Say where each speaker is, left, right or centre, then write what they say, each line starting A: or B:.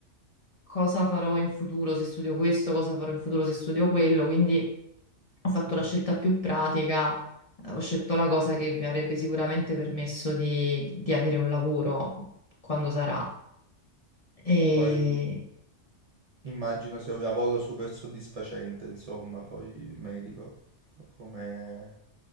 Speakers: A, on the left (about 35°); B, on the right (about 40°).
A: cosa farò in futuro se studio questo, cosa farò in futuro se studio quello. Quindi ho fatto
B: Maggio.
A: la scelta più pratica, eh, ho scelto la cosa che mi avrebbe sicuramente permesso di, di avere un lavoro quando sarà. E...
B: Poi Immagino sia un lavoro super soddisfacente, insomma, poi il medico, come